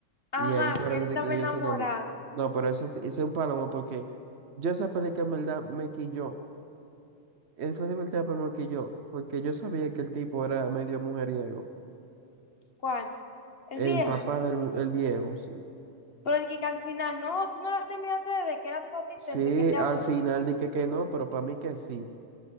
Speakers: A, on the left (about 50°); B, on the right (about 60°).
A: Ajá,
B: Y ahí fueron
A: que él estaba
B: de que ellos
A: enamorado.
B: se enamoraron. No, pero eso es ese es un palomo porque yo esa película en verdad me quilló. Él fue divertida, pero me quilló, porque yo sabía que el tipo era medio mujeriego.
A: ¿Cuál? El
B: El
A: viejo.
B: papá del mu- el viejo, sí.
A: Pero de que, que al final, no, tú no la terminaste de ver, que era su asistente,
B: Sí,
A: que él le habló.
B: al final dije que no, pero para mí que sí.